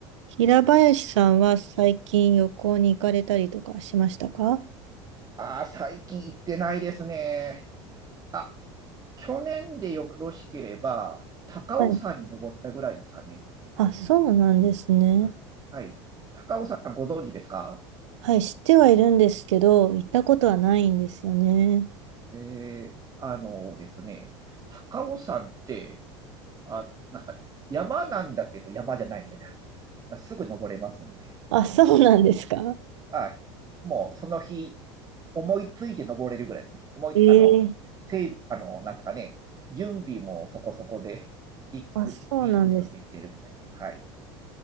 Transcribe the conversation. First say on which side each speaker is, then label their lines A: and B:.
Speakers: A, on the right; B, on the right.
A: 平林さんは最近旅行に行かれたりとかしましたか
B: ああ、最近行ってないですね。あ、去年でよろしければ、高尾山に登ったぐらいですかね。
A: はい。あ、そうなんですね。
B: あはい。高尾山ご存知ですか
A: はい、知ってはいるんですけど、行ったことはないんですよね。
B: えー、あのですね、高尾山って、あ、なんすかね、山なんだけど山じゃないみたいな。<laughs> すぐ登れますんで。
A: あ、そうなんですか
B: はい。もうその日、思いついて登れるぐらいですね。思い、
A: ええ
B: あの、整備、あの、なんですかね、準備もそこそこで、ビッグ、
A: あ、そうなんです。
B: ビッグ人で行けるみたいな。はい。